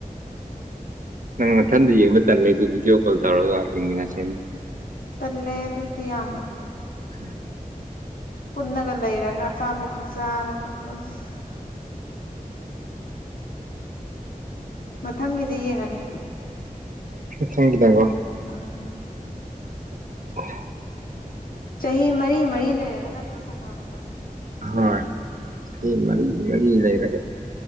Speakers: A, on the right (about 65°); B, on the left (about 75°).
A: ꯅꯪ ꯃꯊꯟꯗ ꯌꯦꯡꯕ ꯇꯜꯂꯗꯤ ꯚꯤꯗꯤꯑꯣ ꯀꯣꯜ ꯇꯧꯔꯒ ꯌꯦꯡꯃꯤꯅ ꯁꯃꯤ
B: ꯇꯂꯦ ꯑꯗꯨꯗꯤ ꯌꯥꯝꯅ
A: ꯎꯝ <inaudible>
B: ꯄꯨꯟꯅꯒ ꯂꯩꯔꯒ ꯑꯆꯥꯄꯣꯀ ꯆꯥꯔꯒ ꯑꯁ ꯃꯊꯪꯒꯤꯗ ꯌꯦꯡꯉꯒꯦ
A: ꯊꯦꯡꯒꯤ ꯊꯒꯣ
B: ꯎꯝ
A: <inaudible>
B: ꯆꯍꯤ ꯃꯔꯤ ꯃꯔꯤ ꯂꯩꯔꯒ ꯅꯠꯇ꯭ꯔꯣ ꯁꯥꯟꯅꯕ
A: ꯍꯣꯏ ꯁꯤ ꯃꯔꯤ ꯃꯔꯤ ꯂꯩꯔꯒ